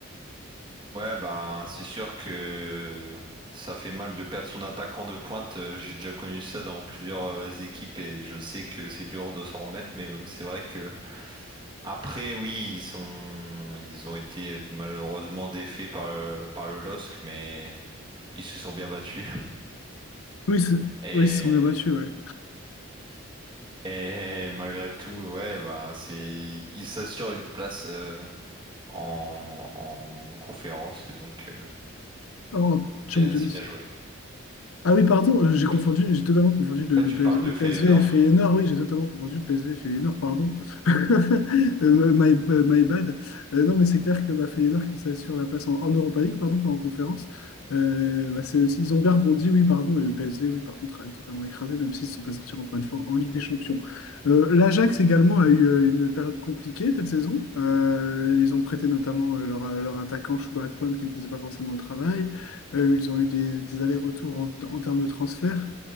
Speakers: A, on the right (about 25°); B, on the left (about 85°).
A: Ouais, bah, c'est sûr que ça fait mal de perdre son attaquant de pointe. Euh, J'ai déjà connu ça dans plusieurs euh, équipes et je sais que c'est dur de s'en remettre, mais euh, c'est vrai que après, oui, ils sont... ils ont été malheureusement défaits par le... par le LOSC, mais ils se sont bien battus. <laughs>
B: Oui, c'est-
A: Et,
B: oui, ils se sont bien battus, ouais.
A: et malgré tout, ouais, bah, c'est... ils s'assurent une place euh, en... en conférence et donc euh,
B: En Champions
A: bien- c'est bien joué.
B: Ah oui, pardon, euh, j'ai
A: En
B: confondu, j'ai totalement confondu le,
A: fait, tu
B: le
A: parles
B: PS
A: de
B: le PSV
A: Feyenoord.
B: et Feyenoord. Oui, j'ai totalement confondu le PSV et Feyenoord, pardon. <laughs> Euh, my, euh, my bad. Euh, non, mais c'est clair que bah, Feyenoord qui s'assure la place en, en Europa League, pardon, pas en conférence. euh, bah, c'est aussi, ils ont bien rebondi, oui, pardon, et le PSV, oui, par contre, a totalement écrasé, même s'ils se sont fait sortir encore une fois en Ligue des Champions. Euh, l'Ajax également a eu euh, une période compliquée cette saison. Euh, ils ont prêté notamment euh, leur, leur attaquant Chouba Akpom qui ne faisait pas forcément le travail. Euh, ils ont eu des, des allers-retours en, en termes de transfert.